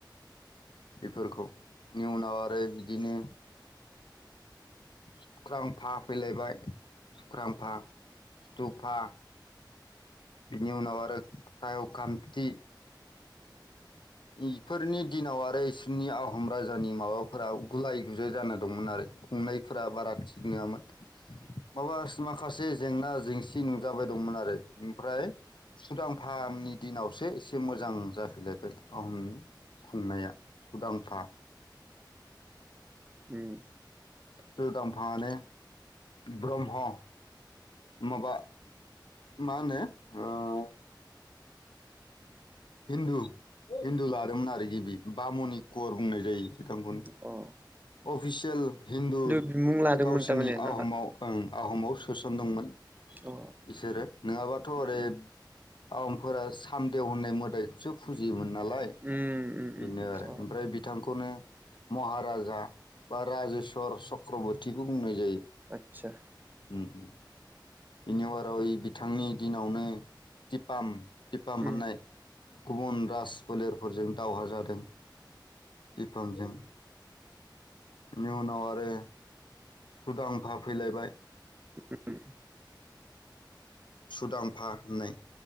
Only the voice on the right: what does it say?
ओम
अ
बिमुं लादोंमोन
थारमाने नामा
अ
उम,
उम, उम, उम,
अ,
आतसा
उम,
<inaudible>